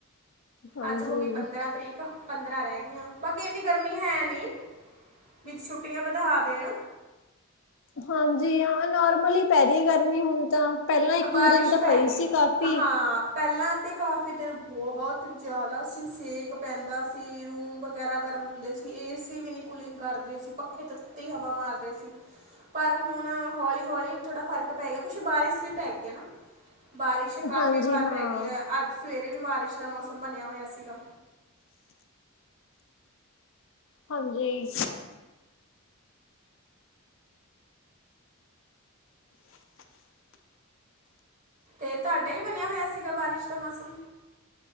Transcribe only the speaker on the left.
ਹਾਂਜੀ
ਹਾਂਜੀ ਹਾਂ ਨੋਰਮਲੀ ਹੀ ਪੈ ਰਹੀ ਹੈ ਗਰਮੀ ਹੁਣ ਤਾਂ ਪਹਿਲਾਂ ਇੱਕ
ਦੋ ਦਿਨ ਤਾਂ
ਪਈ
ਸੀ ਕਾਫੀ
ਹਾਂਜੀ
ਹਾਂ
ਹਾਂਜੀ